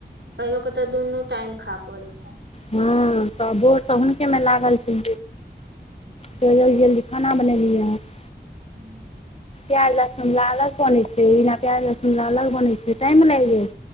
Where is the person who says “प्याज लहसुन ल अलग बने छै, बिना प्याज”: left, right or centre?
Left